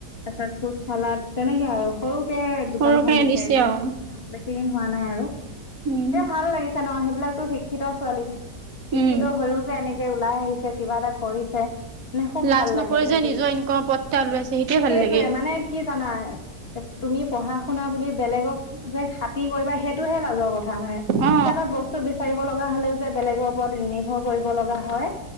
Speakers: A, on the left; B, on the right.
A: তাৰ পিছত ফ্ৰুট চালাড তেনেকে আৰু। সৰুকে দোকানখন
B: সৰুৰ কাৰণে
A: দিছে এতিয়া।
B: আৰু
A: কাম ' বেছি দিন হোৱা নাই আৰু
B: উম
A: দিয়া ভাল লাগিছে ন সেইবিলাকতো শিক্ষিত ছোৱালী। শিক্ষিত
B: উম
A: হ'য়ো যে এনেকে ওলাই আহিছে কিবা এটা কৰিছে। মানে খুব
B: লাজ
A: ভাল
B: নকৰি
A: লাগে দেখি।
B: যে নিজৰ ইনকমৰ পথ এটা ওলাইছে সেইটোৱে ভাল
A: সেইটোৱেই
B: লাগে
A: মানে, কি জানা, তুমি পঢ়া শুনা বুলি বেলেগক যে খাতি কৰিবা সেইটোহে লাজ কথা। কথা মানে
B: অ
A: কিবা এটা বস্তু বিচাৰিব লগা হলেও যে বেলেগৰ ওপৰত নিৰ্ভৰ কৰিব লগা হয়।